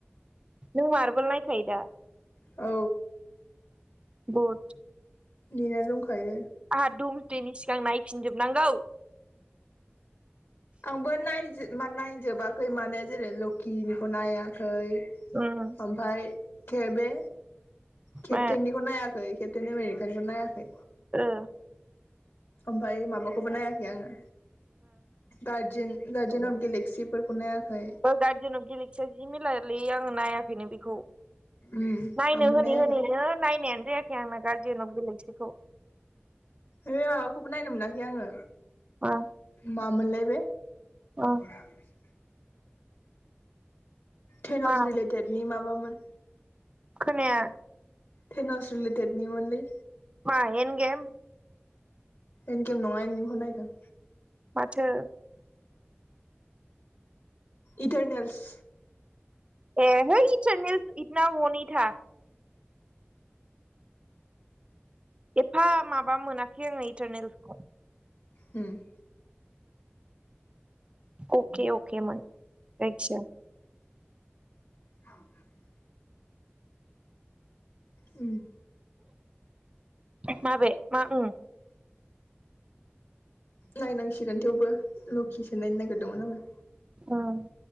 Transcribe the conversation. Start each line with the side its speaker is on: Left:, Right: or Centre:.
Right: नों मारबोल नायखायो दा?
Left: औ
Right: बद
Left: नेना दंखायो
Right: आंहा धुमस्टेनि सिगां नायफिनजोबनांगौ।
Left: आंबो नायजो मा नायजोबाखै माने जेरै लोखिनिखौ नायाखै
Right: ओम
Left: ओमफाय खेर बे केप्टेननिखौ
Right: मा
Left: नायाखै केटेन आमेरिकानिखौ नायाखै।
Right: ओ
Left: ओमफाय माबाखौबो नायाखै आङो गारजेन गार्जेन अफ गेलेक्सिफोरखौ नायाखै।
Right: गारजेन अफ गेलेक्सिया जि मिलालै आङो नायाखैनो बेखौ।
Left: उम
Right: नायनो
Left: आंबो
Right: होनै
Left: नायाखै
Right: होनैनो नायनायानो जायाखै आंना गारजेन फव गलेकसिखौ।
Left: बे माबाखौबो नायनो मोनाखै आङो।
Right: मा?
Left: मामोनलाय बे
Right: अ
Left: <inaudible> थेन'स
Right: मा
Left: रिलेटेड नि माबा मोन।
Right: खोनाया।
Left: थेन'स रिलेटेडनि मोनलै।
Right: मा एन गेम?
Left: एनगेम नङा एनगेमखौ नायदों।
Right: माथो?
Left: इटारनेल्स।
Right: ए है इटारनेल इटना वह नही था‌। एफा माबा मोनाखै आङो इटारनेलसखौ।
Left: हम
Right: अके अके मोन जायखिया।
Left: <inaudible> ओम
Right: माबे मा ओम?
Left: नायनांसिगोन थेवबो लकिसो नायनो नागिरदोंमोन आङो।
Right: ओम,